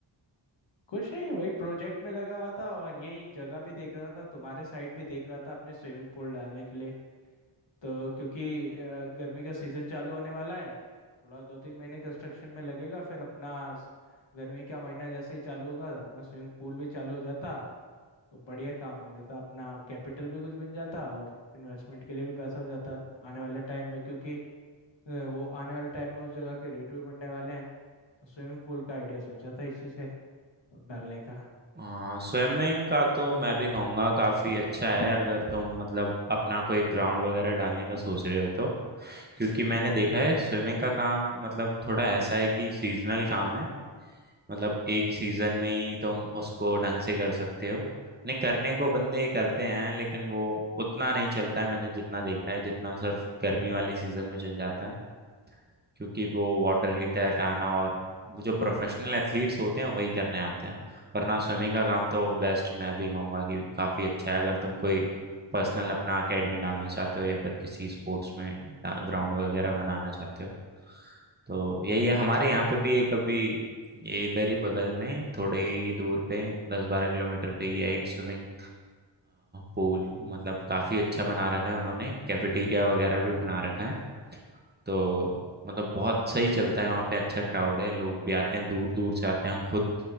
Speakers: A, on the left; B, on the right.
A: कुछ नहीं वही प्रोजेक्ट में लगा हुआ था और यही जगह भी देख रहा था तुम्हारे साइड भी देख रहा था अपने स्विमिंग पूल डालने के लिए तो क्योंकि अ, गर्मी का सीजन चालू होने वाला है थोड़ा दो तीन महीने कंस्ट्रक्शन में लगेगा फिर अपना स- गर्मी का महीना जैसे ही चालू होगा अपना स्विमिंग पूल भी चालू हो जाता तो बढ़िया काम हो जाता अपना कैपिटल भी कुछ बन जाता और इन्वेस्टमेंट के लिए भी पैसा हो जाता आने वाले टाइम में क्योंकि अ, वो आने वाले टाइम में उस जगह के रेट भी बढ़ने वाले हैं तो स्विमिंग पूल का आइडिया सोचा था इसी से डालने का
B: हाँ स्विमिंग का तो मैं भी कहूँगा काफ़ी अच्छा है अगर तुम मतलब अपना कोई ग्राउंड वगैरह डालने का सोच रहे हो तो क्योंकि मैंने देखा है स्विमिंग का काम मतलब थोड़ा ऐसा है कि सीजनल काम है मतलब एक सीजन में ही तुम उसको ढंग से कर सकते हो नहीं करने को बंदे ही करते हैं लेकिन वो उतना नहीं चलता है मैंने जितना देखा है जितना सिर्फ गर्मी वाले सीजन में चल जाता है क्योंकि वो वाटर हीटर लाना और जो प्रोफेशनल एथलीट्स होते हैं वही करने आते हैं वरना स्विमिंग का काम तो बेस्ट मैं भी कहूँगा कि काफ़ी अच्छा है अगर तुम कोई पर्सनल अपना एकेडमी डालना चाहते हो या फिर किसी स्पोर्ट्स में ग्राउंड वगैरह बनाना चाहते हो तो यही है हमारे यहाँ पे भी एक अभी ये इधर ही बगल में थोड़े ही दूर पे दस बारह किलोमीटर पे ही है एक स्विमिंग पूल मतलब काफ़ी अच्छा बना रखा है उन्होंने कैफेटेरिया वगैरह भी बना रखा है तो मतलब बहुत सही चलता है वहाँ पे अच्छा क्राउड है लोग भी आते हैं दूर दूर से आते हैं हम खुद